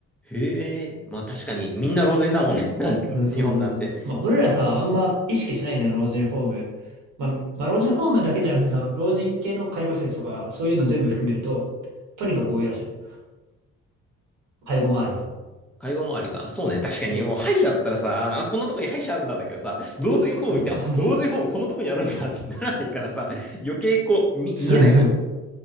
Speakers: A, in the centre; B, on the right (about 85°).
A: へえ。まあ確かに、みんな老人だもんね。<laughs> なんか日本なんて。
B: うん、そうそうそうそう。まあ、俺らさ、あんま意識しないじゃん、老人ホーム。まあ、みまあ、老人ホームだけじゃなくて、その、老人系の介護施設とか、そういうの全部含めると、とにかく多いらしい。介護周りの。
A: 介護周りか。そうね。確かに、
B: うん。
A: もう歯医者だったらさ、あ、こんなとこに歯医者あるんだだけどさ、老人ホーム見て、
B: うん老人ホーム
A: あ、老人ホームこのとこにあるんだってならないからさ、
B: <laughs> うん
A: 余計こう、み、
B: そう
A: 見えないもんね。